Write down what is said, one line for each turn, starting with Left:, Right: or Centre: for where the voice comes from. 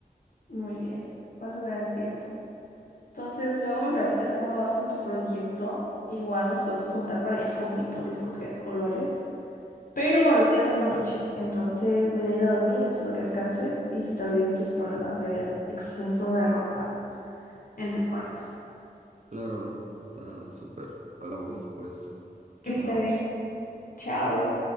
Left: muy bien. Vas a tener tiempo. Entonces, luego me platicas cómo vas con tu proyecto. Igual nos podemos juntar para ir a Home Depot y escoger colores. Pero ahorita ya salgo noche, entonces voy a ir a dormir, espero que descanses y se te olviden tus problemas de exceso de ropa en tu cuarto.
Right: Claro, está súper. Hablamos después. Chao.
Left: Está bien. Chao.